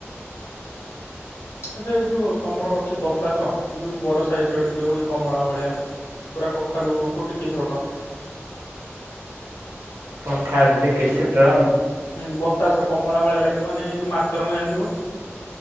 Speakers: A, on the left; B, on the right.
A: ଆଛା ଏଇ ଯୋଉ ତମର ଅଛି ବତାସ ଯୋଉ ବଡ ସାଇଜ ର ଟିକେ ହୁଏ କମଳା ଭଳିଆ ପୁରା କଖାରୁଠୁ ଟିକେ ଛୋଟ।
B: କଖାରୁ ଟି କିଛି ତ।
A: ହୁଁ ବତାସ କମଳା ଭଳିଆ ଲାଗି। ମାନ ଯୋଉ ମାସ୍ତରଙ୍ଗ ଜାଣିଥିବ